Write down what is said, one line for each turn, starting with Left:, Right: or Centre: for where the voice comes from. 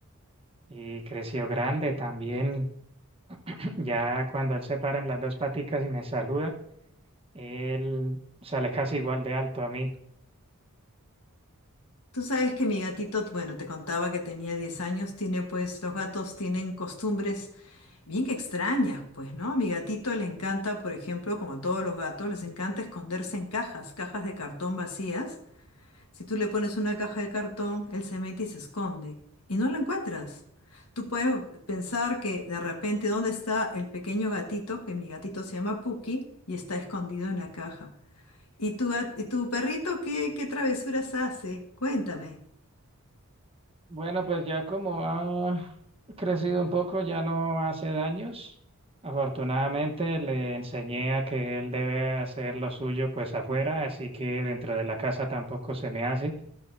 Right: y creció grande también. <clears throat> Ya cuando él se para en las dos paticas y me saluda, él sale casi igual de alto a mí.
Left: Tú sabes que mi gatito, bueno, te contaba que tenía 10 años, tiene pues, los gatos tienen costumbres bien que extrañas, pues, ¿no? A mi gatito le encanta, por ejemplo, como a todos los gatos, les encanta esconderse en cajas, cajas de cartón vacías. Si tú le pones una caja de cartón, él se mete y se esconde y no lo encuentras. Tú puedes pensar que de repente, ¿dónde está el pequeño gatito? Que mi gatito se llama Puki y está escondido en la caja. ¿Y tu, gat- y tu perrito qué, qué travesuras hace? Cuéntame.
Right: Bueno, pues ya como ha crecido un poco, ya no hace daños. Afortunadamente le enseñé a que él debe hacer lo suyo pues afuera, así que dentro de la casa tampoco se me hace.